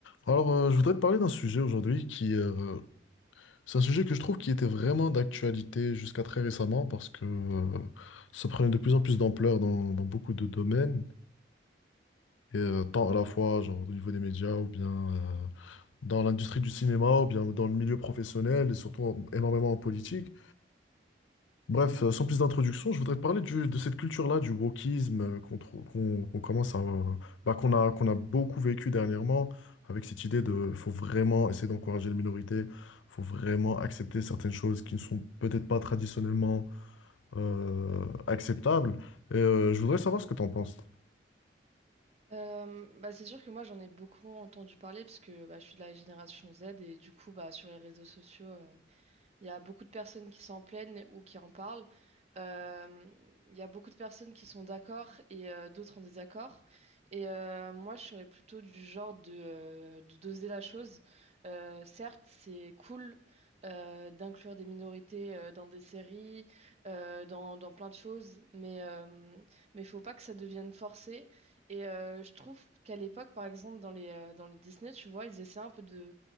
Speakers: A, on the left; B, on the right.
A: Alors, euh, je voudrais te parler d'un sujet aujourd'hui qui, euh, c'est un sujet que je trouve qui était vraiment d'actualité jusqu'à très récemment parce que euh, ça prenait de plus en plus d'ampleur dans, dans beaucoup de domaines, et, euh, tant à la fois genre, au niveau des médias ou bien euh, dans l'industrie du cinéma ou bien dans le milieu professionnel et surtout en- énormément en politique. Bref, euh, sans plus d'introduction, je voudrais te parler du- de cette culture-là, du wokisme euh, qu'on trou- qu'on- qu'on commence à, bah, qu'on a, qu'on a beaucoup vécu dernièrement, avec cette idée de faut vraiment essayer d'encourager les minorités, faut vraiment accepter certaines choses qui ne sont peut-être pas traditionnellement euh, acceptables. Et, euh, je voudrais savoir ce que tu en penses.
B: Euh, bah, c'est sûr que moi j'en ai beaucoup entendu parler parce que bah, je suis de la génération Z et du coup bah, sur les réseaux sociaux euh, il y a beaucoup de personnes qui s'en plaignent ou qui en parlent. Euh, il y a beaucoup de personnes qui sont d'accord et euh, d'autres en désaccord. Et euh, moi, je serais plutôt du genre de, euh, de doser la chose. Euh, certes, c'est cool euh, d'inclure des minorités euh, dans des séries, euh, dans, dans plein de choses, mais euh, mais faut pas que ça devienne forcé. Et euh, je trouve qu'à l'époque, par exemple, dans les, euh, dans les Disney, tu vois, ils essaient un peu de,